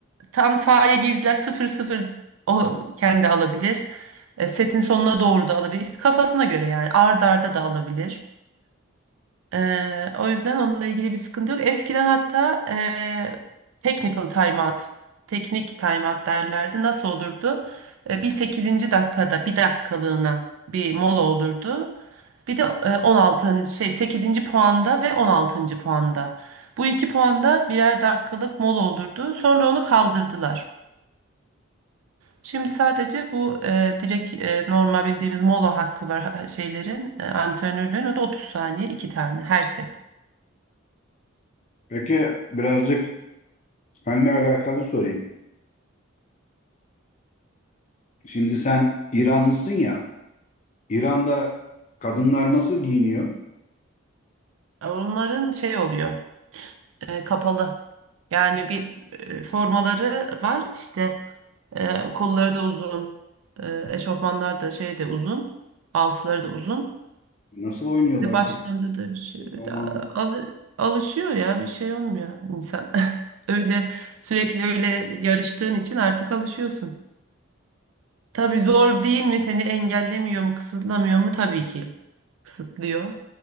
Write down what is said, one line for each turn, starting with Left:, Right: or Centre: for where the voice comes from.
Right: Tam sahaya girdiler sıfır sıfır o kendi alabilir. E, setin sonuna doğru da alabilir. İşte kafasına göre yani arda arda da alabilir. E, o yüzden onunla ilgili bir sıkıntı yok. Eskiden hatta e, technical timeout, teknik timeout derlerdi. Nasıl olurdu? E, bir 8. dakikada bir dakikalığına bir mola olurdu. Bir de e, on altıncı şey sekizinci puanda ve on altıncı puanda. Bu iki puanda birer dakikalık mola olurdu. Sonra onu kaldırdılar. Şimdi sadece bu e, direkt e, normal bildiğimiz mola hakkı var ha- şeylerin e, antrenörlerin o da 30 saniye iki tane her set.
Left: Peki birazcık seninle alakalı sorayım. Şimdi sen İranlısın ya. İran'da kadınlar nasıl giyiniyor?
Right: E, Onların şey oluyor e, kapalı. Yani bir e, formaları var işte e, kolları da uzun e, eşofmanlar da şey de uzun altları da uzun
Left: Nasıl oynuyorlar
Right: ve başlarında
Left: peki?
Right: da bir şey bir
Left: Romanlar,
Right: de al- alışıyor ya bir şey olmuyor insan. <laughs> Öyle sürekli öyle yarıştığın için artık alışıyorsun. Tabii zor değil mi? Seni engellemiyor mu, kısıtlamıyor mu? Tabii ki kısıtlıyor.